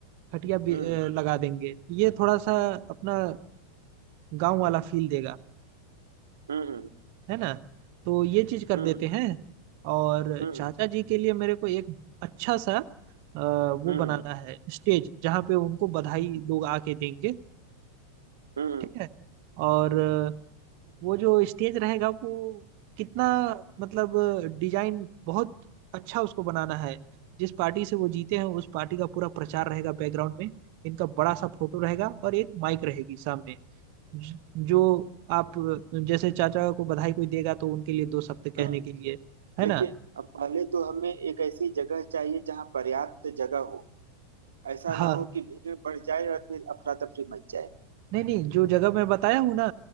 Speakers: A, on the right (about 45°); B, on the right (about 70°).
A: खटिया भी
B: हम्म
A: अ, लगा देंगे ये थोड़ा सा अपना गांव वाला फील देगा
B: हम्म
A: है ना तो ये चीज कर
B: हम्म
A: देते हैं और
B: हम्म
A: चाचा जी के लिए मेरे को एक अच्छा सा अ, वो
B: हम्म
A: बनाना
B: हम्म हम्म
A: है स्टेज जहाँ पे उनको बधाई लोग आके देंगे
B: हम्म हम्म,
A: ठीक है और वो जो स्टेज रहेगा वो कितना मतलब डिजाइन बहुत अच्छा उसको बनाना है जिस पार्टी से वो जीते हैं उस पार्टी का पूरा प्रचार रहेगा बैकग्राउंड में इनका बड़ा सा फोटो रहेगा और एक माइक रहेगी सामने ज- जो आप जैसे चाचा को बधाई कोई देगा तो उनके लिए दो शब्द कहने
B: हम्म।
A: के लिए है
B: देखिए
A: ना
B: अब पहले तो हमें एक ऐसी जगह चाहिए जहाँ पर्याप्त जगह हो ऐसा
A: हाँ
B: ना हो कि भीड़ बढ़ जाए और फिर अफरा तफरी मच जाए
A: नहीं नहीं जो जगह मैं बताया हूँ ना